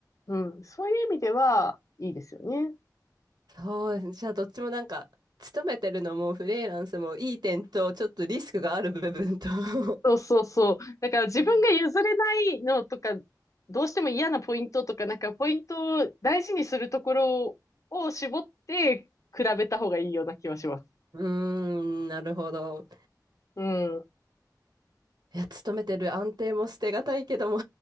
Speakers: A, on the left (about 45°); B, on the right (about 70°).
A: うん、そういう意味では、
B: うん
A: いいですよね。
B: そう、じゃあどっちもなんか、勤めてるのもフリーランスもいい点と、ちょっとリスクがある部分と <laughs>
A: そうそうそう。だから自分が譲れないのとか、
B: うん
A: どうしても嫌なポイントとか、なんかポイントを大事にするところを絞って比べた方がいいような気はします。
B: ーん、なるほど。
A: うん。
B: いや、勤めてる安定も捨てがたいけども